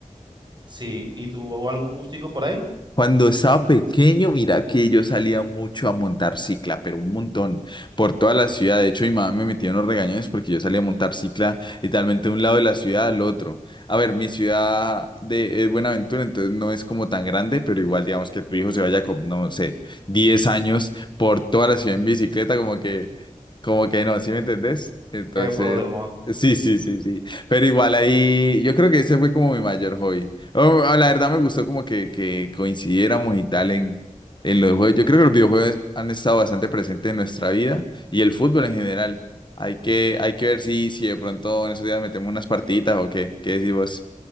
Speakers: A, on the right; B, on the left.
A: Sí, ¿y tuvo algún gustico por ahí?
B: Cuando estaba pequeño, mira que yo salía mucho a montar cicla, pero un montón, por toda la ciudad. De hecho, mi mamá me metía unos regañones porque yo salía a montar cicla literalmente de un lado de la ciudad al otro. A ver, mi ciudad de, es Buenaventura, entonces no es como tan grande, pero igual digamos que tu hijo se vaya con, no sé, 10 años por toda la ciudad en bicicleta, como que, como que no, ¿sí me entendés? Entonces,
A: Qué problemón.
B: sí, sí, sí, sí. Pero igual ahí, yo creo que ese fue como mi mayor hobby. O- o la verdad me gustó como que, que coincidiéramos y tal en, en los juegos. Yo creo que los videojuegos han estado bastante presentes en nuestra vida y el fútbol en general. Hay que, hay que ver si, si de pronto en esos días metemos unas partiditas o qué. ¿Qué decís vos?